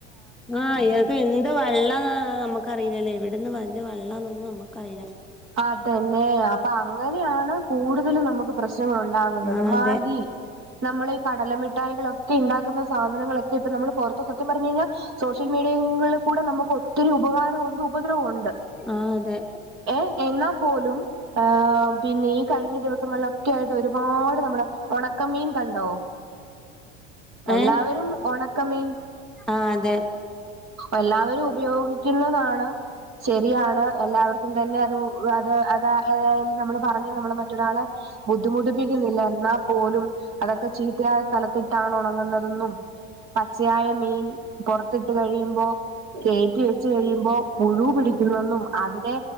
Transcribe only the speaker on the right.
അത് തന്നെ അപ്പൊ അങ്ങനെയാണ് കൂടുതല് നമുക്ക് പ്രശ്നം ഉണ്ടാകുന്നത്
മാഗി
നമ്മള് ഈ കടലമിഠായികളൊക്കെ ഇണ്ടാക്കുന്ന സാധ- സാധനങ്ങളൊക്കെ ഇപ്പ നമ്മള് പൊറത്ത് സത്യം പറഞ്ഞ് കഴിഞ്ഞാൽ സോഷ്യൽ മീഡിയളിൽ കൂടെ നമുക്ക് ഒ - ഒത്തിരി ഉപകാരവും ഉണ്ട് ഉപദ്രവം ഉണ്
ഏ എന്നാൽ പോലും ഏഹ് പിന്നെ ഈ കഴിഞ്ഞ ദിവസങ്ങളിലൊക്കെ ആയിട്ട് ഒരു ഒരുപാട് നമ്മുടെ ഉണക്കമീൻ കണ്ടോ എല്ലാവരും
ഉണക്കമീൻ
എല്ലാവരും ഉപയോഗി ക്കുന്നതാണ് ശരിയാണ് എല്ലാവർക് ക്കും തന്നെ അത് അത് അതായ നമ്മള് പറഞ്ഞ നമ്മൾ മറ്റൊരാളെ ബുദ്ധിമുട്ടിപ്പിക്കുന്നില്ല എന്നാ പോലും അതൊക്കെ ചീത്തയായ സ്ഥലത് ത്തിട്ടാണ് ഉണങ്ങുന്നതെന്നും പച്ചയായ മീൻ പുറത്തിട്ട് കഴിയുമ്പോ കേറ്റി വെച്ച് കഴിയുമ്പോ പുഴു പിടി ക്കുന്നന്നും അതിനെ